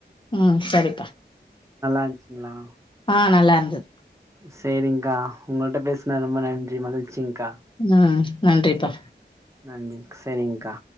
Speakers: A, on the left; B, on the right.
A: ம் சரிப்பா
B: இருந்துச்சுங்களா
A: ஆ நல்லா இருந்தது
B: சேரிங்கா உங்கள்ட்ட பேசுனது ரொம்ப நன்றி மகிழ்ச்சிங்கா
A: ஆ நன்றிப்பா
B: நன்றி செரிங்கா